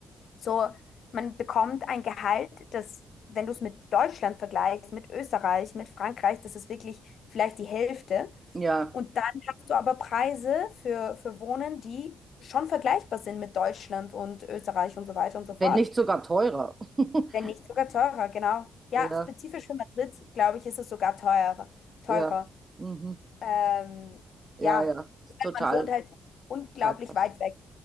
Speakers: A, on the left; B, on the right.
A: so, man bekommt ein Gehalt, das, wenn du es mit Deutschland vergleichst, mit Österreich, mit Frankreich, das ist wirklich vielleicht die Hälfte.
B: Ja,
A: Und dann hast du aber Preise für, für Wohnen, die schon vergleichbar sind mit Deutschland und Österreich und so weiter und so
B: wenn
A: fort.
B: nicht sogar teurer. <laughs>
A: Wenn nicht sogar teurer, genau. Ja,
B: Ja,
A: spezifisch für Madrid, glaube ich, ist es sogar teurer. Teurer.
B: ja. Mhm.
A: Ähm, ja,
B: Ja, ja. Ist
A: weil
B: total,
A: man wohnt halt unglaublich
B: total krass.
A: weit weg